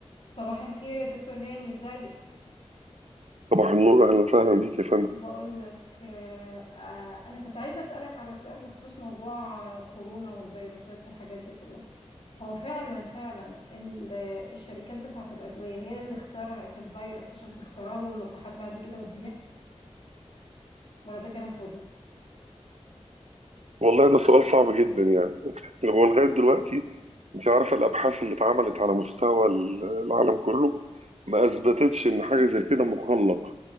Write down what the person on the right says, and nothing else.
صباح النور اهلا وسهلا بيك يا فندم
والله ده سؤال صعب جدا يعني لو هو لغايه دلوقتي انت عارفه الابحاث اللي اتعملت على مستوى ال- العالم كله ما اثبتتش ان حاجه زي كده مخلق